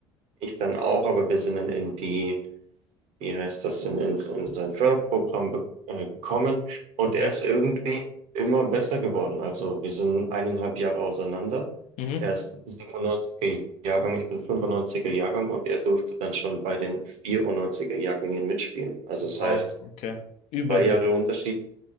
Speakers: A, on the right; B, on the left.
A: ich dann auch, aber wir sind dann in die, wie heißt das, in, in, so in sein Förderprogramm be- äh, gekommen und
B: okay.
A: er ist irgendwie immer besser geworden. Also wir sind eineinhalb Jahre auseinander.
B: Mhm.
A: Er ist 97er Jahrgang, ich bin 95er Jahrgang und er durfte dann schon bei den 94er Jahrgängen mitspielen. Also das
B: Ah,
A: heißt,
B: okay. Über
A: drei
B: die.
A: Jahre Unterschied